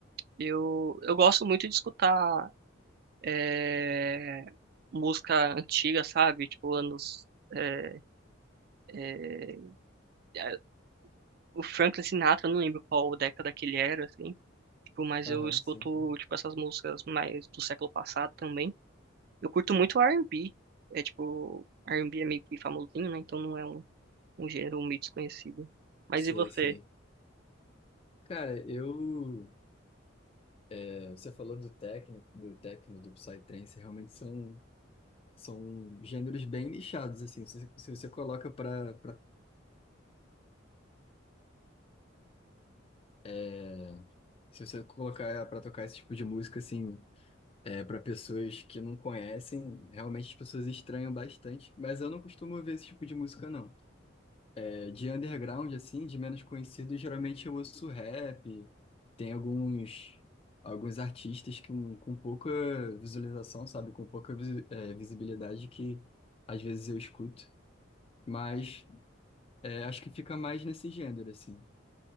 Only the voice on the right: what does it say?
eu, eu gosto muito de escutar é, música antiga, sabe? Tipo, anos. é, é, é, o Franklin Sinatra, eu não lembro qual década que ele era, assim. Tipo, mas
eu escuto,
tipo, essas músicas mais do século passado também. Eu curto muito R&B. É tipo, R&B é meio que famosinho, né? Então não é um, um gênero meio desconhecido. Mas
e você?